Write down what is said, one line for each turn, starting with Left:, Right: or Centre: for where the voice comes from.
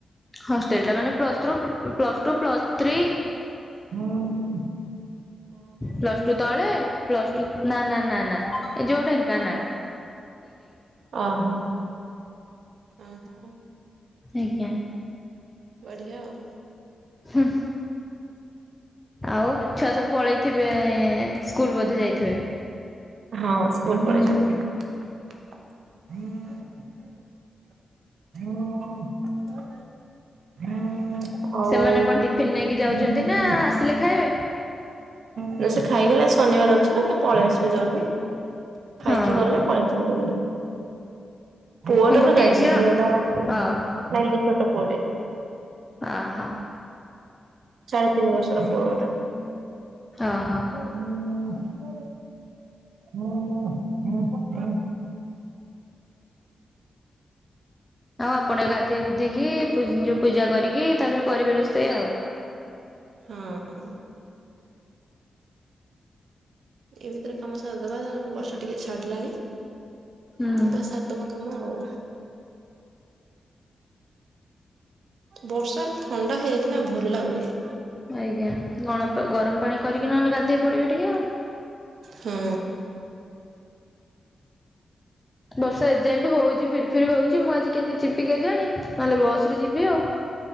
Left: ହଷ୍ଟେଲ ଟା ମାନେ plus three plus two plus three.
Right: ହଁ
Left: ପ୍ଲସ ଟୁ ତଳେ ପ୍ଲସ ଟୁ ନା ନା ନା ନା ଏ ଯୋଉଟା ନା ନା।
Right: ଓ ହୋ ଅଁ ହଁ।
Left: ଆଜ୍ଞା।
Right: ବଢିଆ ଆଉ।
Left: ହୁଁ। ଆଉ ଛୁଆ ସବୁ ପଳେଇଥିବେ ସ୍କୁଲ ବୋଧେ ଯାଇଥିବେ।
Right: ହଁ ସ୍କୁଲ ପଳେଇଚନ୍ତି । ହୁଁ
Left: ସେମାନେ କଣ ଟିଫିନ
Right: ଆଉ
Left: ନେଇକି ଯାଉଛନ୍ତି ନା ଆସିଲେ ଖାଇବେ
Right: ଯେ ସେ ଖାଇଗଲା ଶନିବାର ଅଛି ନା ସେ ପଳେଇ ଆସିବ ଜଲଦି। ଖାଇକି
Left: ହଁ
Right: ଗଲେ ପଳେଇ ଆସିବ ଜଲଦି। ପୁଅଟା
Left: ଗୋଟିଏ
Right: ତ ଜାଇନି
Left: ଝିଅ
Right: ଝିଅଟା ଆଉ କଣ
Left: ଓହୋ
Right: ନାଇଁ ଛୋଟ ପୁଅଟେ।
Left: ଓ ହୋ।
Right: ସାଢେ ତିନି ବର୍ଷର ପୁଅ ଗୋଟେ
Left: ଓହୋ।
Right: । ହୁଁ ହଁ ହଁ
Left: ଆଉ ଆପଣ ଗାଧେଇ ଗୁଧିକି ପୂଜ ଯୋଉ ପୂଜା କରିକି ତାପରେ କରିବେ ରୋଷେଇ ଆଉ।
Right: ହଁ। ଏଇ ଭିତରେ କାମ ସାରିଦବା ବର୍ଷା ଟିକେ ଛାଡିଲାଣି।
Left: ହୁଁ
Right: ଯିବା ସାରଦବା କାମ ଆଉ। ବର୍ଷା ହେଲେ ଥଣ୍ଡା ହେଇଯାଇଚି ନା ଭଲ ଲାଗୁନି।
Left: ଆଜ୍ଞା ଗଣ ଗରମ ପାଣି କରିକି ନହେଲେ ଗାଧେଇ ପଡିବେ ଟିକେ ଆଉ।
Right: ହୁଁ।
Left: ବର୍ଷା ଏଯାଏଁ ବି ହଉଛି ଫିର ଫିରି ହଉଚି। ମୁଁ ଆଜି କେମିତି ଯିବିି କେଜାଣି? ନହେଲେ ବସ ରେ ଯିବି ଆଉ।